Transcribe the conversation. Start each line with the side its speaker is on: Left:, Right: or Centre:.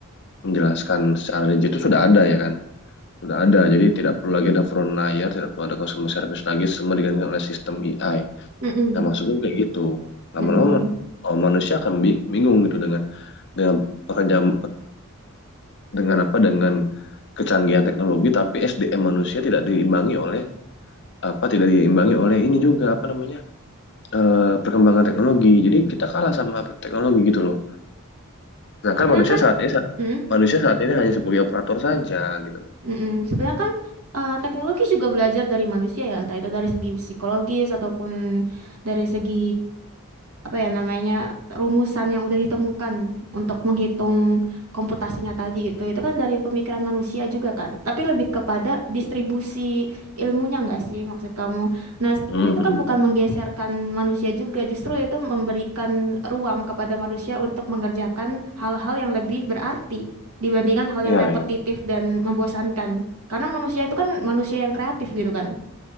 Left: menjelaskan secara rigid itu sudah ada ya kan, sudah ada. Jadi tidak perlu lagi ada front layer, tidak perlu ada customer service lagi, semua digantikan oleh sistem AI.
Right: Mm-mm.
Left: Nah maksudnya kayak gitu. Lama-lama
Right: Mm.
Left: oh, manusia akan bing- bingung gitu dengan dengan pekerjaan dengan apa dengan kecanggihan teknologi tapi SDM manusia tidak diimbangi oleh apa tidak diimbangi oleh ini juga apa namanya eh, perkembangan teknologi jadi kita kalah sama teknologi gitu loh sedangkan
Right: Sebenarnya
Left: manusia
Right: kan,
Left: saat ini saat-
Right: mm,
Left: manusia saat ini hanya sebagai operator saja gitu loh
Right: mm-mm. Sebenarnya kan eh, teknologi juga belajar dari manusia ya, entah itu dari segi psikologis ataupun dari segi apa ya namanya rumusan yang udah ditemukan untuk menghitung komputasinya tadi itu itu kan dari pemikiran manusia juga kan tapi lebih kepada distribusi ilmunya nggak sih maksud kamu nah sebenarnya
Left: Mhm.
Right: itu kan bukan menggeserkan manusia juga justru itu memberikan ruang kepada manusia untuk mengerjakan hal-hal yang lebih berarti dibandingkan hal
Left: Iya,
Right: yang repetitif
Left: iya.
Right: dan membosankan karena manusia itu kan manusia yang kreatif gitu kan